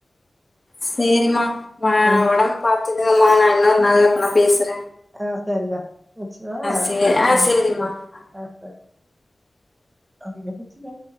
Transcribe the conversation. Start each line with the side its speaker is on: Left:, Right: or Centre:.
Left: சேரிம்மா நா
Right: ஆ
Left: ஒடம்பு பாத்துகறமா நா இன்னொரு நாள் எப்பனா பேசற
Right: ஆ சரிடா வச்சரவா
Left: சே ஆ
Right: அ
Left: சேரிம்மா
Right: அ
Left: ஆ
Right: ஆச அது என் புஜ்ஜிமா